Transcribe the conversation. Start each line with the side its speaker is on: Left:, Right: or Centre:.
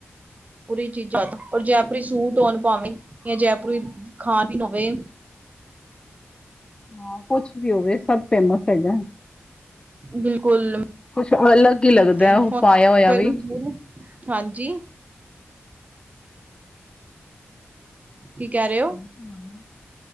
Right: ਪੂਰੀ ਚੀਜ਼ਾਂ ਤਾਂ। ਔਰ ਜੈਪੁਰੀ ਸੂਟ ਧੁਨ ਪਾਵੇਂ ਜਾਂ ਜੈਪੁਰੀ ਖਾਦ ਹੀ ਹੋਵੇ।
Left: ਹਾਂ ਕੁਛ ਵੀ ਹੋਵੇ, ਸਭ ਫੇਮਸ ਹੈਗਾ।
Right: ਬਿਲਕੁਲ
Left: ਕੁਛ ਅਲੱਗ ਹੀ ਲੱਗਦਾ
Right: ਤੇ
Left: ਹੈ, ਉਹ
Right: ਹੁਣ
Left: ਪਾਇਆ
Right: ਦੇਖੋ
Left: ਹੋਇਆ
Right: ਫਿਰ
Left: ਵੀ।
Right: ਮੈਨੂੰ- ਹਾਂਜੀ। ਕੀ ਕਹਿ ਰਹੇ ਹੋ।
Left: ਹਾਂ।